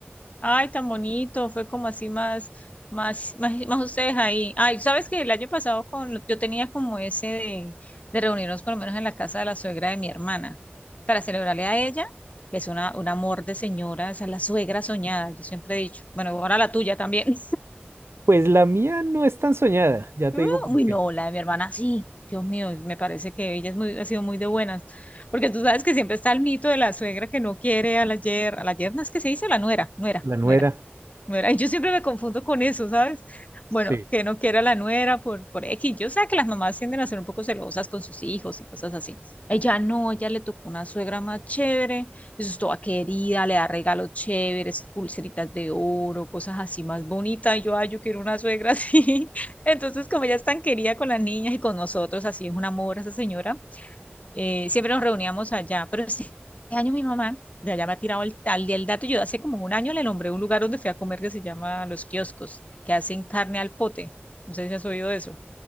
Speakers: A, on the left; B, on the right.
A: Ay, tan bonito, fue como así más, más, más, más ustedes ahí. Ay, sabes que el año pasado con, yo tenía como ese de, de reunirnos por lo menos en la casa de la suegra de mi hermana para celebrarle a ella, que es una, un amor de señora, esa es la suegra soñada, yo siempre he dicho, bueno, ahora la tuya también.
B: Pues la mía no es tan soñada, ya te
A: <laughs>
B: digo por
A: Uy,
B: qué.
A: no, la de mi hermana sí, Dios mío, me parece que ella es muy, ha sido muy de buenas, porque tú sabes que siempre está el mito de la suegra que no quiere a la yerna, a la yerna es que se dice la nuera, nuera,
B: La nuera.
A: nuera. nuera. Y yo siempre me confundo con eso, ¿sabes?
B: Sí.
A: Bueno, que no quiera la nuera por, por X. Yo sé que las mamás tienden a ser un poco celosas con sus hijos y cosas así. Ella no, ella le tocó una suegra más chévere, eso es toda querida, le da regalos chéveres, pulseritas de oro, cosas así más bonitas. Y yo, ay, yo quiero una suegra así. <laughs> Entonces, como ella es tan querida con las niñas y con nosotros, así es un amor esa señora eh, siempre nos reuníamos allá, pero este año mi mamá de allá me ha tirado el tal y el dato. Yo hace como un año le nombré un lugar donde fui a comer que se llama Los Kioscos, que hacen carne al pote. No sé si has oído de eso.